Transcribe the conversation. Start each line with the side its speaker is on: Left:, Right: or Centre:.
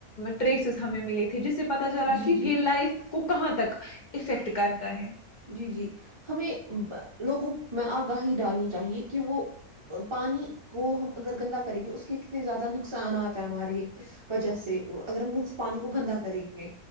Left: ٹریسز ہمیں ملے تھے جسے پتا چلا
Right: جی
Left: کہ
Right: جی
Left: یہ لائف کو کہاں تک افیکٹ کرتا ہے
Right: جی جی ہمیں لوگوں میں آگاہی ڈالنی چاہیے کہ وہ پانی کو ہم اگر گندا کریں گے اس کے کتنے زیادہ نقصانات ہیں ہمارے وجہ سے اگر ہم پانی کو گندا کریں گے